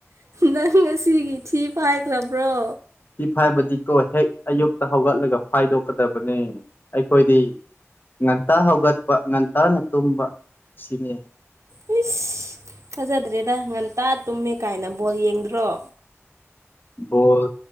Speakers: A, on the right (about 75°); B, on the left (about 40°).
A: ꯅꯪ ꯉꯁꯤꯒꯤ ꯊꯤ ꯐꯥꯏꯈ꯭ꯂꯕ꯭ꯔꯣ
B: ꯊꯤ ꯐꯥꯏꯕꯗꯤꯀꯣ ꯍꯦꯛ ꯑꯌꯨꯛꯇ ꯍꯧꯒꯠꯂꯒ ꯐꯥꯏꯗꯣꯛꯀꯗꯕꯅꯦ ꯑꯩꯈꯣꯏꯗꯤ ꯉꯟꯇꯥ ꯍꯧꯒꯠꯄ ꯉꯟꯇꯥꯅ ꯇꯨꯝꯕ ꯁꯤꯅꯤ
A: ꯍꯩꯁ ꯊꯥꯖꯗ꯭ꯔꯦꯗ ꯉꯟꯇꯥ ꯇꯨꯝꯃꯦ ꯀꯥꯏꯅ ꯕꯣꯜ ꯌꯦꯡꯗ꯭ꯔꯣ
B: ꯕꯣꯜ